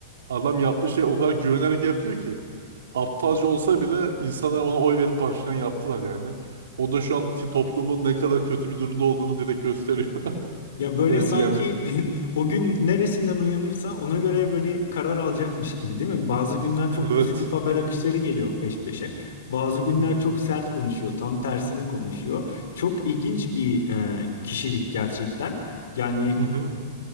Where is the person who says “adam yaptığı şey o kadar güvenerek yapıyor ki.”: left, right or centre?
Right